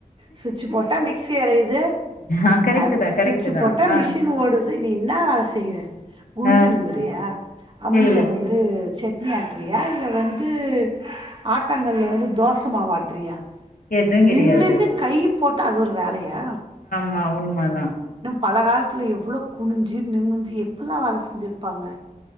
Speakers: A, on the right; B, on the left.
A: சுவிட்சி போட்டா மிக்ஸி அறையிது
B: ஆ கரெக்ட்
A: அஹ்
B: தா கரெக்ட்
A: சுட்சி
B: தா
A: போட்டா
B: ஆ
A: மிஷின் ஓடுது நீ இன்ன வேல செய்யற குனிஞ்சி
B: ஆ
A: நிமிர்ரியா அம்மில
B: இல்ல
A: வந்து சட்னி ஆட்றியா இல்ல வந்து ஆட்டங்கள்ல வந்து தோச மாவு ஆட்றியா
B: எதுவு கெடையாது
A: நின் நின்னு கை போட்டு அது ஒரு வேலய் யா
B: மா உண்மதா
A: பல காலத்துல எவ்ளோ குனிஞ்சி நிமிந்து எப்புல்லா வேல செஞ்சிருப்பாங்க